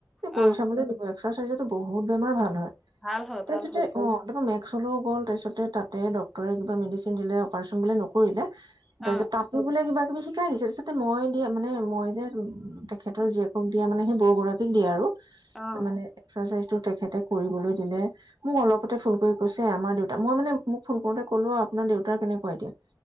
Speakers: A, in the centre; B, on the right.
A: অ
B: কৰি চাবলৈ দিব এবাৰ এক্সাৰচাইজতো বহুত বেমাৰ ভাল হয় <unintelligible>
A: ভাল হয় ভাল হয়
B: উলেও গ'ল তাৰপাছতে তাতে ডক্টৰে কিবা মেডিচিন দিলে অপাৰেচন বোলে নকৰিলে
A: অ
B: তাৰপিছত তাতো বোলে কিবা কিবি শিকাই দিছে তাৰিপাছতে মই দিয়া মানে মই যে তেখেতৰ জীয়েকক দিয়া মানে সেই বৌগৰাকীক দিয়ে আৰু
A: অ
B: মানে একতাৰ চাইজটো তেখেতে কৰিবলৈ দিলে মোক অলপতে ফোন কৈছে আমাৰ দেউতা মই মানে মোক ফোন কৰোতে ক'লো আৰু আপোনাৰ দেউতাৰ কেনেকুৱা এতিয়া